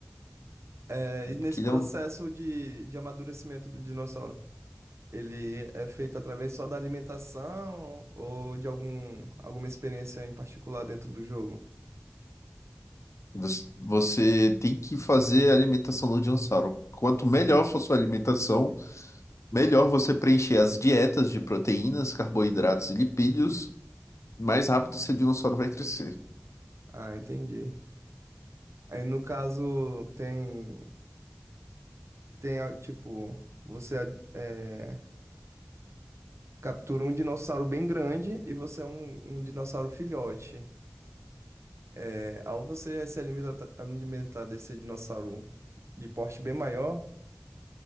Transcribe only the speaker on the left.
É
porque ele
é um...
Você você tem que fazer a alimentação do dinossauro. Quanto melhor for sua alimentação, melhor você preencher as dietas de proteínas, carboidratos e lipídios, mais rápido seu dinossauro vai crescer.